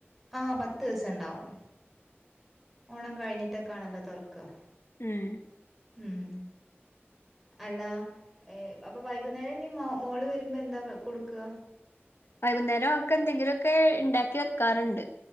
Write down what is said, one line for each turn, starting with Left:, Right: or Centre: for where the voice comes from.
Centre: ആഹ് പത്ത് ദിവസൊണ്ടാവും ഓണം കഴിഞ്ഞിട്ടൊക്കെ ആണല്ലോ തൊറക്ക
Left: ഉം
Centre: ഉം അല്ല അപ്പൊ വൈകുന്നേരം ഇനി മോള് വരുമ്പോൾ എന്താ കൊടുക്കുക
Left: വൈകുന്നേരവക്ക് എന്തെങ്കിലോക്കെ ഇണ്ടാക്കി വെക്കാറുണ്ട്